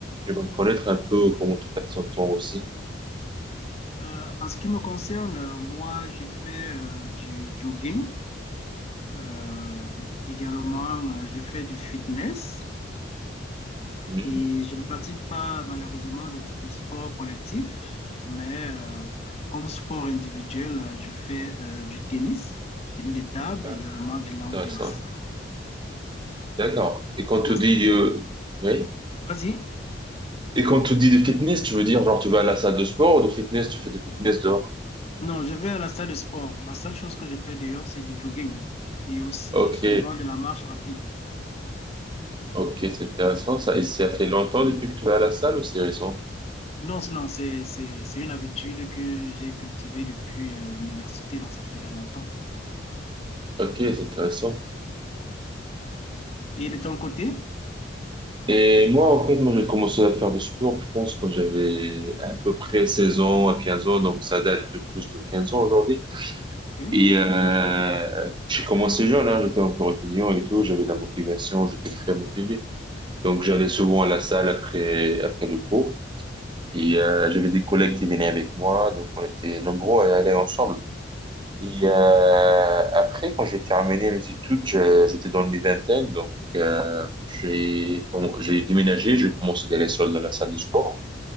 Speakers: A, on the right; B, on the left.
A: J'aimerais connaître un peu comment tu passes ton temps aussi.
B: Euh, en ce qui me concerne, euh, moi, je fais euh, du jogging. Euh, également, euh, je fais du fitness
A: Mhm.
B: et je ne pratique pas malheureusement le, le sport collectif, mais euh, comme sport individuel, euh, je fais euh, du tennis, du tennis de table
A: Ah,
B: et également du lawn
A: Intéressant.
B: tennis.
A: D'accord. Et quand tu
B: Et en-
A: dis, euh, oui?
B: Vas-y.
A: Et quand tu dis de fitness, tu veux dire genre tu vas à la salle de sport ou de fitness, tu fais de fitness dehors?
B: Non, je vais à la salle de sport. La seule chose que je fais dehors, c'est du jogging et aussi
A: Ok,
B: souvent de la marche rapide.
A: ok, c'est intéressant ça. Et ça fait longtemps depuis que tu vas à la salle ou c'est récent?
B: Non, c'est- non, c'est, c'est, c'est une habitude que j'ai cultivée depuis euh, l'université, donc ça fait longtemps.
A: Ok, c'est intéressant.
B: Et de ton côté?
A: Et moi, en fait, moi, j'ai commencé à faire du sport, je pense, quand j'avais à peu près 16 ans à 15 ans, donc ça date de plus de 15 ans aujourd'hui.
B: Ok.
A: Et euh, j'ai commencé jeune, hein, j'étais encore étudiant et tout, j'avais la motivation, j'étais très motivé. Donc j'allais souvent à la salle après après le cours et euh, j'avais des collègues qui venaient avec moi, donc on était nombreux à y aller ensemble. Et euh, après, quand j'ai terminé mes études, je- j'étais dans mes vingtaines, donc euh, j'ai com- j'ai déménagé, j'ai commencé d'aller seul dans la salle de sport